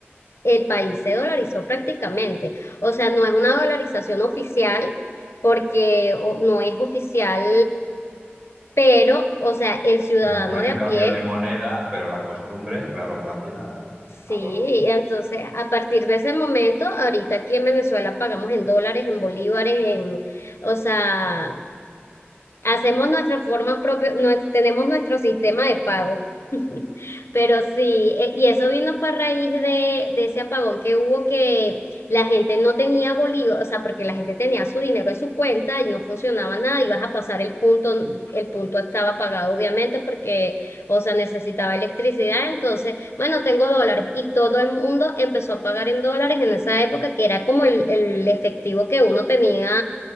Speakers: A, on the left; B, on the right.
A: el país se dolarizó prácticamente. O sea, no es una dolarización oficial porque o- no es oficial, pero, o sea, el ciudadano
B: No, no hay
A: de
B: un
A: a
B: cambio
A: pie,
B: de moneda, pero la costumbre, claro, cambia a,
A: sí.
B: a dólar.
A: Entonces, a partir de ese momento, ahorita aquí en Venezuela pagamos en dólares, en bolívares, en, o sea, Hacemos nuestra forma propia, nue- tenemos nuestro sistema de pago. <laughs> Pero sí, e- y eso vino fue a raíz de, de ese apagón que hubo que la gente no tenía bolívar, o sea, porque la gente tenía su dinero en su cuenta y no funcionaba nada, ibas a pasar el punto, el punto estaba apagado obviamente porque, o sea, necesitaba electricidad, entonces, bueno, tengo dólares y todo el mundo empezó a pagar en dólares en esa época que era como el el efectivo que uno tenía